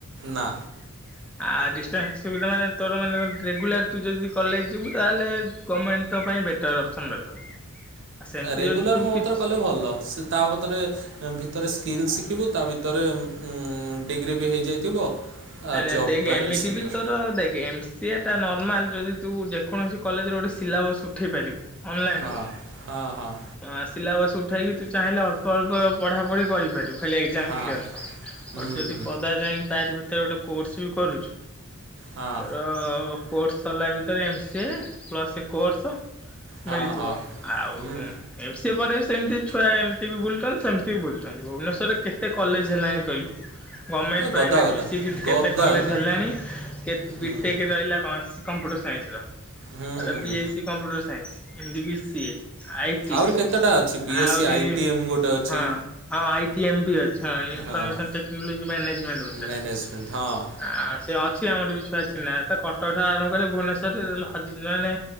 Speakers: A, on the right; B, in the centre.
A: ନା
B: <inaudible> ଆଉ ଡିଷ୍ଟାନ୍ସ ସୁବିଧା ମାନେ ତୋର ମାନେ ରେଗୁଲାର ତୁ ଯଦି କଲେଜ ଯିବୁ ତାହେଲେ ଗଭର୍ଣ୍ଣମେଣ୍ଟ ତ ପାଇଁ ବେଟ ଟର ଅଫସନ ରହିବ। ଆଉ ସେମିତି
A: ଆ ରେଗୁଲାର
B: ଯଦି ତୁ
A: ମୋ
B: କିଛି
A: ମତରେ କଲେ ଭଲ ସେ ତା ମତରେ। ଭିତରେ ସ୍କିଲ୍ ଶିଖିବୁ ତା ଭିତରେ ଉ -ଡିଗ୍ରୀ ବି ହେଇଯାଇଥିବ। ଆ
B: ଆରେ
A: ଜବ୍
B: ଦେଖ
A: ପାଇଁ
B: ଏମିତି
A: ସିକ୍ୟୋର୍
B: ବି ତୋର ଦେଖି ଏମସିଅ। ଟା ନର୍ମାଲ ଯଦି ତୁ ଯେକୌଣସି କଲେଜରେ ଗୋଟେ ସିଲାବସ୍ ଉଠେଇ ପାରିବୁ। ଅନଲାଇନରୁ।
A: ହଁ ହଁ ହଁ
B: ଆ ସିଲା ବସ ଉଠେଇକି ତୁ ଚାହିଁଲେ ଅଳ୍ପ ଅଳ୍ପ ପଢାପଢି କରିପାରିବୁ। ଖାଲି ଏକ୍ଜାମ
A: ହଁ।
B: କ୍ଲିୟର୍ ପାଇଁ
A: ହୁଁ
B: ଯଦି
A: ହୁଁ
B: ପଦା ଯାଇକି ତାରି ଭିତରେ ଗୋଟେ କୋର୍ସ ବି କରୁଛୁ।
A: ହଁ
B: ତୋର କୋର୍ସ ସରିଲା ଭିତରେ ଏମସିଏ ପ୍ଲସ୍ ଏଇ କୋର୍ସ।
A: ହଁ
B: ମିଳିଥିବ
A: ହଁ।
B: ଆଉ। ଏମ ସିିଏ ପରେ ବି ସେମିତି ଛୁଆ ଏମିତି ବି ବୁଲୁଛନ୍ତି ସେମିତି ବି ବୁଲୁଛନ୍ତି ଭୁବନେଶ୍ୱରରେ କେତେ କଲେଜ ହେଲାଣି କହିଲୁ। ଗଭର୍ଣ୍ଣମେଣ୍ଟ
A: ହୁଁ
B: ପ୍ରାଇଭେଟ
A: ଗଦା ଗଦା
B: ମିଶିକି
A: ଗଦା
B: କେତେ। କଲେଜ
A: ଗଦା
B: ହେଲାଣି କେତେ
A: ହୁଁ
B: ବିଟେକ ରହିଲା କୌଣସି କମ୍ପ୍ୟୁଟର ସାଇନ୍ସର।
A: ହୁଁ
B: ଆରେ
A: ହୁଁ।
B: ବି ଏସ୍ ସି କମ୍ପ୍ୟୁଟର ସାଇନ୍ସ ଏମିତି ବି ସି। ଟିଏ ଆଇଟି
A: ଆହୁରି କେତେଟା ଅଛି ବି
B: ଆହୁରି
A: ଏସ୍ ସି ଆଇ ଟି ଏମ୍ ଗୋଟେ ଅଛି
B: ହ ହଁ ଆଇ ଟି ଏ ମ୍ ବି ଅଛି ହଁ ଇନଫର୍ମେସନ୍
A: ହଁ।
B: ଟେକ୍ନୋଲୋଜି ମ୍ୟାନେଜମେଣ୍ଟ ଗୋଟେ
A: ମ୍ୟାନେଜମେଣ୍ଟ
B: ସେଇଟା।
A: ହଁ
B: ଆ ସେ ଅଛି ଆମର ବି ଛୁଆ ଚିହ୍ନା କଟକ ଠାରୁ ଆରମ୍ଭ କଲେ ଭୁବନେଶ୍ୱର ଯେ ହଜି ମାନେ।